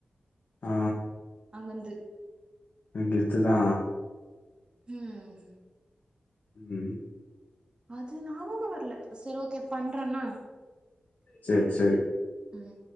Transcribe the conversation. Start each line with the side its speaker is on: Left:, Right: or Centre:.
Left: அ
Right: அங்கந்து
Left: கெத்துதா
Right: ம்
Left: ம்
Right: அது ஞாபகோ வர்ல சரி ஓகே பண்றன்ன
Left: சரி சரி
Right: ம்